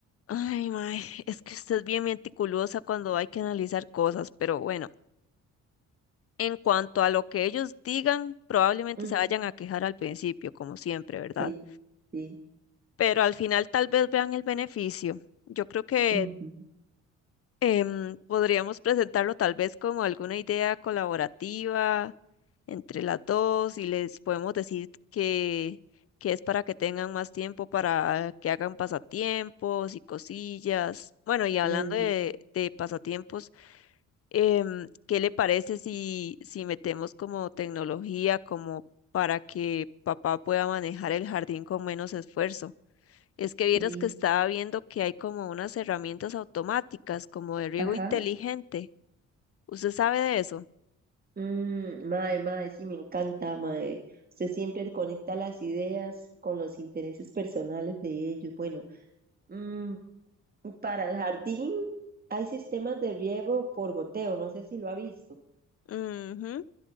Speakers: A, on the left (about 50°); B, on the right (about 30°).
A: Ay, mae, es que usted es bien meticulosa cuando hay que analizar cosas, pero bueno, en cuanto a lo que ellos digan, probablemente
B: Ujú,
A: se vayan a quejar al principio, como siempre, ¿verdad?
B: sí, sí,
A: Pero al final tal vez vean el beneficio. Yo creo que
B: ujú,
A: Em, podríamos presentarlo tal vez como alguna idea colaborativa entre las dos y les podemos decir que, que es para que tengan más tiempo para que hagan pasatiempos y cosillas. Bueno, y hablando
B: ujú,
A: de, de pasatiempos, em, ¿qué le parece si, si metemos como tecnología como para que papá pueda manejar el jardín con menos esfuerzo? Es que
B: sí,
A: vieras que estaba viendo que hay como unas herramientas automáticas, como de riego
B: ajá.
A: inteligente. ¿Usted sabe de eso?
B: Mm, mae, mae, sí, me encanta, mae. Usted siempre conecta las ideas con los intereses personales de ellos. Bueno, mm, para el jardín hay sistemas de riego por goteo, no sé si lo ha visto.
A: Mhm.